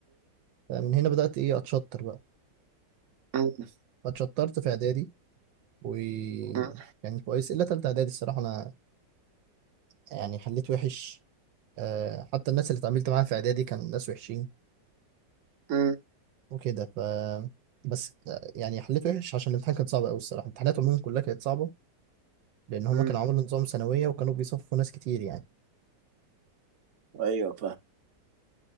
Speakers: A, on the right; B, on the right.
A: فمن هنا بدأت إيه أتشطر بقى
B: أمم،
A: اتشطرت في اعدادي و
B: أمم،
A: يعني كويس الا تالتة اعدادي الصراحه انا يعني حليت وحش أه حتى الناس اللي اتعاملت معاها في اعدادي كان ناس وحشين
B: أمم،
A: وكده ف بس آه، يعني حليت وحش عشان الامتحان كان صعب قوي الصراحه امتحانات عموما كلها كانت صعبه لان هما
B: أمم.
A: كانوا عملوا نظام ثانويه وكانوا بيصفوا ناس كتير يعني
B: أيوه